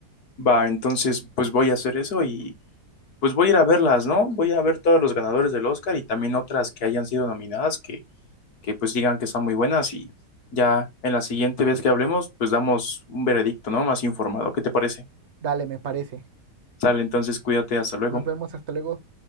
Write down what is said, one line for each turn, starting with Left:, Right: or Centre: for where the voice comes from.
Left: Va, entonces, pues voy a hacer eso y pues voy a ir a verlas, ¿no? Voy a ver todos los ganadores del Oscar y también otras que hayan sido nominadas que, que pues digan que son muy buenas y ya en la siguiente vez que hablemos, pues damos un veredicto, ¿no? Más informado. ¿Qué te parece?
Right: Dale, me parece.
Left: Sale, entonces cuídate, hasta luego.
Right: Nos vemos, hasta luego.